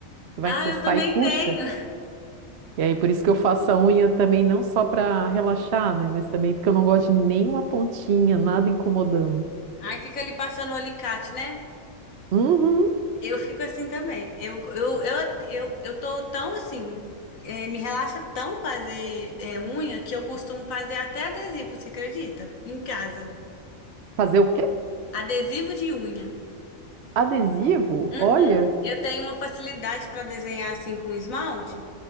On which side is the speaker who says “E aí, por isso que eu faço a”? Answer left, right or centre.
Right